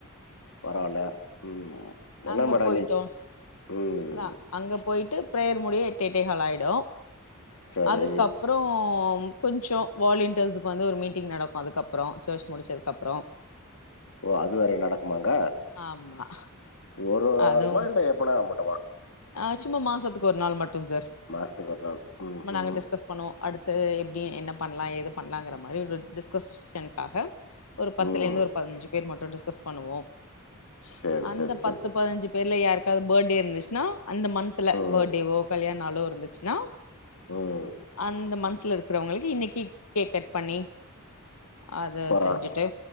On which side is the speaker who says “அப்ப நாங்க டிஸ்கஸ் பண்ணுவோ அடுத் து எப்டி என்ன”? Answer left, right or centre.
Left